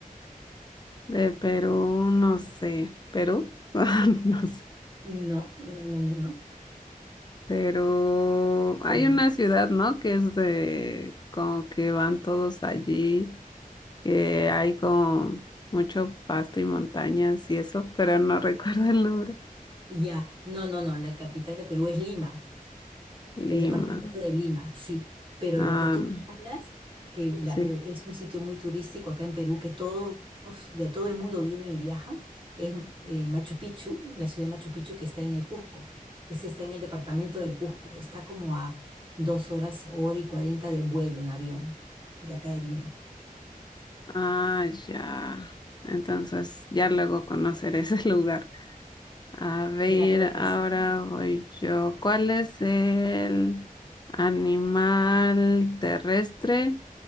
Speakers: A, on the left; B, on the right.
A: De Perú, no sé. ¿Perú? <laughs> No sé.
B: No, no, no, no, no.
A: Pero hay
B: Eh,
A: una ciudad, ¿no? Que es de como que van todos allí, que hay como mucho pasto y montañas y eso, pero no <laughs> recuerdo el nombre.
B: ya, no, no, no, la capital de Perú es Lima.
A: Lima.
B: del departamento de Lima, sí. Pero
A: Ah,
B: lo que tú
A: no,
B: me hablas, que la-
A: sí.
B: el- es un sitio muy turístico acá en Perú, que todos de todo el mundo vienen y viajan, es eh, Machu Picchu, la ciudad de Machu Picchu que está en el Cusco. Ese está en el departamento del Cusco. Está como a dos horas, hora y cuarenta de vuelo en avión de acá de Lima.
A: Ah, ya. Entonces ya luego conoceré <laughs> ese lugar. A ver,
B: Claro que
A: ahora
B: sí.
A: voy yo. ¿Cuál es el animal terrestre